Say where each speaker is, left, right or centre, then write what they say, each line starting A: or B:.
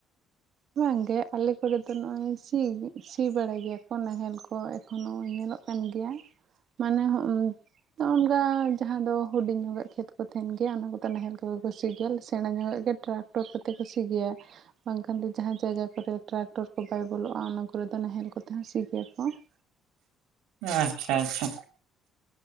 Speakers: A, on the right; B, on the right.
A: ᱵᱟᱝ ᱜᱮ ᱟᱞᱮ ᱠᱚᱨᱮ ᱫᱚ ᱱᱚᱜᱼᱚᱭ ᱥᱤ, ᱥᱤ ᱵᱟᱲᱟᱭ ᱜᱮᱭᱟ ᱠᱚ ᱱᱟᱦᱮᱞ ᱠᱚ ᱾ ᱮᱠᱷᱚᱱ ᱱᱚᱜᱼᱚᱭ ᱧᱮᱞᱚᱜ ᱠᱟᱱ ᱠᱟᱱ ᱜᱮᱭᱟ ᱢᱟᱱᱮ ᱱᱚᱜᱝᱠᱟ ᱡᱟᱦᱟᱸ ᱫᱚ ᱦᱩᱰᱤᱧ ᱧᱚᱜᱟ ᱠᱷᱮᱛ ᱠᱚ, ᱛᱟᱦᱮᱱ ᱜᱮᱭᱟ, ᱚᱱᱟ ᱠᱚᱫᱚ ᱱᱟᱦᱮᱞ ᱠᱚᱜᱮ ᱠᱚ ᱥᱤ ᱜᱮᱭᱟ ᱾ ᱥᱮᱬᱟ ᱧᱚᱜᱟᱜ ᱜᱮ ᱴᱨᱟᱠᱴᱚᱨ ᱠᱚᱛᱮ ᱠᱚ ᱥᱤ ᱜᱮᱭᱟ ᱾ ᱠᱷᱟᱱ ᱫᱚ ᱡᱟᱦᱟᱸ ᱡᱟᱭᱜᱟ ᱠᱚᱨᱮ ᱴᱨᱟᱠᱴᱚᱨ ᱠᱚ ᱵᱟᱭ ᱵᱚᱞᱚᱜᱼᱟ ᱚᱱᱟ ᱠᱚᱨᱮ ᱫᱚ ᱱᱟᱦᱮᱞ ᱠᱚᱛᱮ ᱦᱚᱸ ᱥᱤ ᱜᱮᱭᱟ ᱠᱚ ᱾
B: ᱟᱻᱪᱷᱟ ᱟᱪᱷᱟ ᱾